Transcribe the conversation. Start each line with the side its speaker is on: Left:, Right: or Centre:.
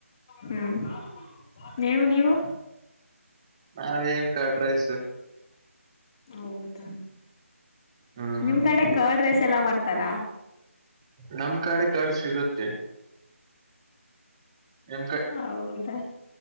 Left: ಹ್ಮ್ ನೀವು ನೀವು
Right: ನಾವ ಏನ್ ಕಡ್ರೈಸ
Left: ಹೌದಾ
Right: ಹ್ಮ್
Left: ನಿಮ್ ಕಡೆ ಕರ್ಡ್ ರೈಸ್ ಎಲ್ಲಾ ಮಾಡ್ತಾರ
Right: ನಮ್ ಕಡೆ ಕಡು ಸಿಗುತ್ತೆ ಎಮ
Left: ಹೌದಾ